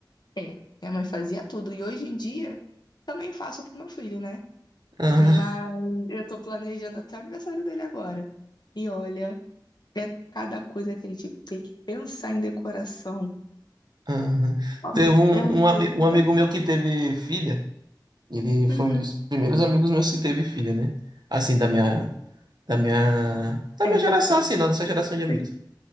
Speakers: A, on the left; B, on the right.
A: É, minha mãe fazia tudo. E hoje em dia também faço pro meu filho, né?
B: Aham,
A: Mas eu tô planejando até o aniversário dele agora. E olha, é cada coisa que a gente tem que pensar em decoração.
B: aham.
A: Nossa,
B: Teve um,
A: é um
B: um, ami-
A: suco.
B: um amigo meu que teve filha. Ele foi
A: Uhum.
B: um dos primeiros amigos meus que teve filha, né? Assim, da minha, da minha, da
A: É,
B: minha
A: botar.
B: geração, assim, da nossa geração de
A: Sim,
B: amigos.